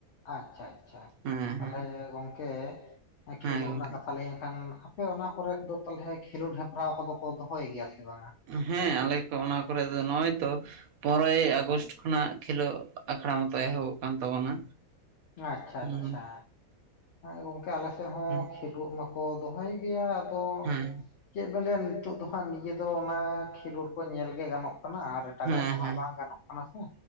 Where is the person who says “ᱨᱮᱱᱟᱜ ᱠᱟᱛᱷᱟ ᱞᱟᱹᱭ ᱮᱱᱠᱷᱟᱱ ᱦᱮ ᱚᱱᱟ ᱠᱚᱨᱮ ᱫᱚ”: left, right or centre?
Left